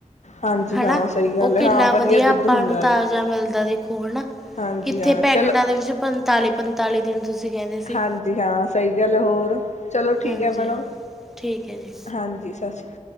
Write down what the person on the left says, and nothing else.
ਹਾਂਜੀ
ਹਾਂ ਸਹੀ ਗੱਲ
ਹੈ ਹਾਂ
ਦੁੱਧ ਹੁੰਦਾ
ਆ
ਹਾਂਜੀ
ਹਾਂ
ਚਲੋ
ਹਾਂਜੀ, ਹਾਂ ਸਹੀ ਗੱਲ ਹੋਰ ਚਲੋ ਠੀਕ
ਹੈ ਮੈਡਮ।
ਹਾਂਜੀ, ਸਤਿ ਸ਼੍ਰੀ ਅਕਾਲ।